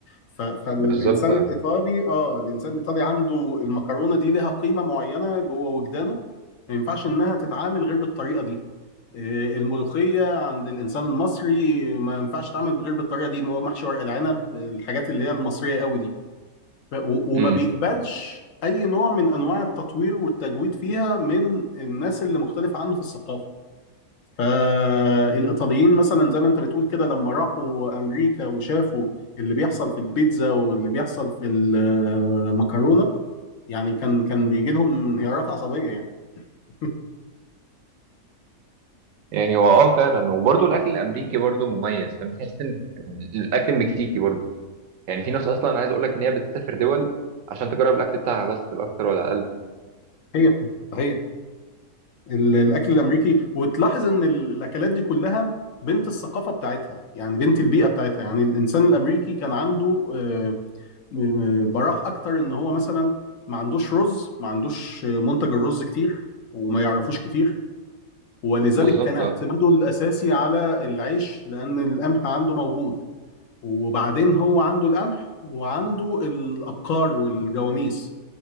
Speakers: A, on the left (about 65°); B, on the right (about 65°).
A: ف... فالانسان
B: بالظبط
A: الايطالي اه الانسان الايطالي عنده المكرونه دي لها قيمه معينه جوه وجدانه ما ينفعش انها تتعامل غير بالطريقه دي آه، الملوخيه عند الانسان المصري ما ينفعش تتعامل غير بالطريقه دي هو محشي ورق العنب الحاجات اللي هي المصريه قوي دي ف- و-
B: امم
A: وما بيقبلش اي نوع من انواع التطوير والتجويد فيها من الناس اللي مختلفه عنه في الثقافه فالايطاليين مثلا زي ما انت بتقول كده لما راحوا امريكا وشافوا اللي بيحصل في البيتزا واللي بيحصل في المكرونه يعني كان كان بيجي لهم انهيارات عصبيه يعني <laughs>
B: يعني هو اه فعلا وبرضه الاكل الامريكي برضه مميز فاهم تحس ان الاكل المكسيكي برضه يعني في ناس اصلا عايز اقول لك ان هي بتسافر دول عشان تجرب الاكل بتاعها بس في الاكتر ولا اقل
A: صحيح صحيح ال- الاكل الامريكي وتلاحظ ان ال- الاكلات دي كلها بنت الثقافه بتاعتها يعني بنت البيئه بتاعتها يعني الانسان الامريكي كان عنده آه، م- براح اكتر ان هو مثلا ما عندوش رز ما عندوش منتج الرز كتير وما يعرفوش كتير ولذلك
B: بالظبط
A: كان اعتماده
B: اه
A: الاساسي على العيش لان القمح عنده موجود وبعدين هو عنده القمح وعنده الابقار والجواميس